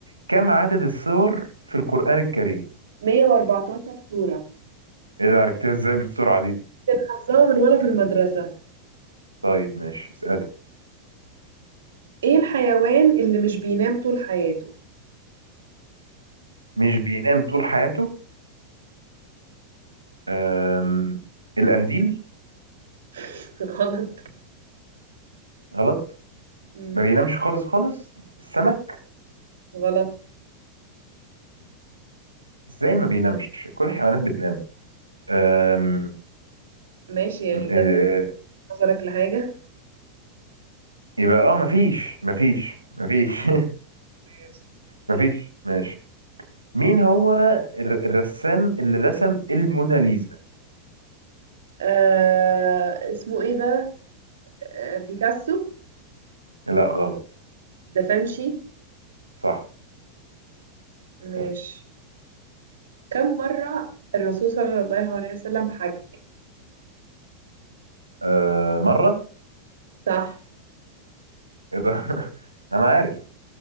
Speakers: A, on the right; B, on the right.
A: كم عدد السور في القرآن الكريم؟
B: 114 صورة
A: إيه ده عرفتها إزاي بالسرعة دي؟
B: حافظاها من وأنا في المدرسة
A: طيب ماشي اسألي
B: إيه الحيوان اللي مش بينام طول حياته
A: مش بينام طول حياته أم... القنديل
B: <laughs> غلط
A: غلط
B: مم.
A: ما بينامش خالص خالص السمك
B: غلط
A: ازاي ما بينامش كل الحيوانات بتنام أم...
B: ماشي يعني ده
A: إيه-
B: طرف نظرك لحاجة
A: يبقى اه مفيش مفيش مفيش <laughs>
B: ماشي
A: مفيش
B: يلا.
A: ماشي مين هو الر- الرسام اللي رسم الموناليزا
B: آه اسمه ايه ده آه بيكاسو
A: لا غلط
B: دافنشي
A: صح
B: مش
A: صح
B: كم مرة الرسول صلى الله عليه وسلم حج
A: أه... مرة
B: صح
A: ايه ده <laughs> انا عارف